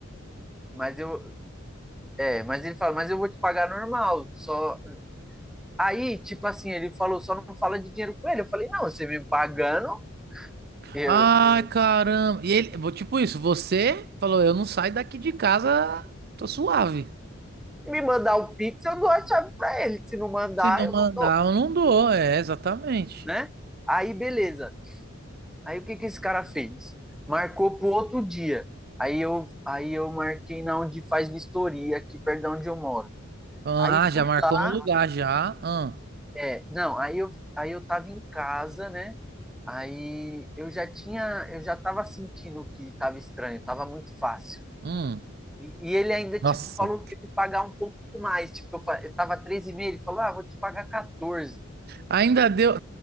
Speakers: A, in the centre; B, on the right.
A: mas eu. É, mas ele fala, mas eu vou te pagar normal. Só. Aí, tipo assim, ele falou, só não fala de dinheiro com ele. Eu falei, não, você me pagando. Eu,
B: Ai, caramba. E ele, tipo isso, você falou, eu não saio daqui de casa, tô suave.
A: me mandar o Pix, eu dou a chave pra ele. Se não mandar,
B: Se não
A: eu
B: mandar,
A: não.
B: eu não dou, é, exatamente.
A: Né? Aí, beleza. Aí o que que esse cara fez? Marcou pro outro dia. Aí eu, aí eu marquei na onde faz vistoria, aqui perto de onde eu moro.
B: Ah,
A: Aí fui
B: já marcou
A: lá,
B: no lugar, já. Ah,
A: é, não, aí eu, aí eu tava em casa, né? Aí eu já tinha, eu já tava sentindo que tava estranho, tava muito fácil.
B: hum.
A: E, e ele ainda,
B: Nossa.
A: tipo, falou que ia me pagar um pouco mais. Tipo, eu, fa- eu tava treze e meio ele falou, ah, vou te pagar 14.
B: Ainda deu.